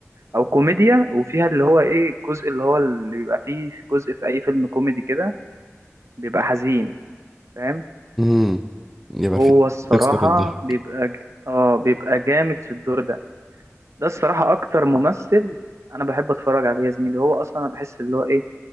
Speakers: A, on the right (about 65°); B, in the centre.
A: او كوميديا وفيها اللي هو ايه الجزء اللي هو اللي بيبقى فيه جزء في اي فيلم كوميدي كده بيبقى حزين فاهم
B: امم يبقى
A: هو
B: في
A: الصراحة
B: تكسر الضحك
A: بيبقى ج... اه بيبقى جامد في الدور ده ده الصراحة اكتر ممثل انا بحب اتفرج عليه يا زميلي هو اصلا انا بحس اللي هو ايه